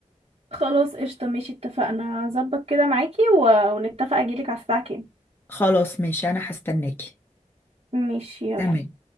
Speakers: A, on the right; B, on the left.
A: خلاص قشطة ماشي اتفقنا هظبط كده معاكي و... ونتفق أجيلك على الساعة كام
B: خلاص ماشي انا هستناكي
A: ماشي يلا
B: تمام